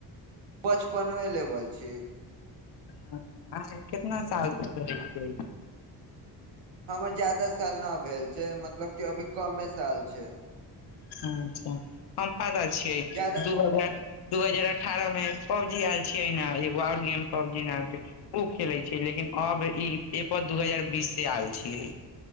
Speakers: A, on the right (about 85°); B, on the left (about 65°).
A: पचपने लेवल छी।
B: ह अहाँके कितना सालसँ करै छियै।
A: हमर जादा साल न भेल छैय मतलब की अभी कमे साल भेल छैय।
B: <unintelligible> छियै
A: ज्यादा
B: दू हजार दू हजार अठारह मे एक पबजी आयल छियै ने एगो आओर गेम पबजी नाम के ओ खेलै छै लेकिन अब ई एपर दू हजार बीस से आयल छियै।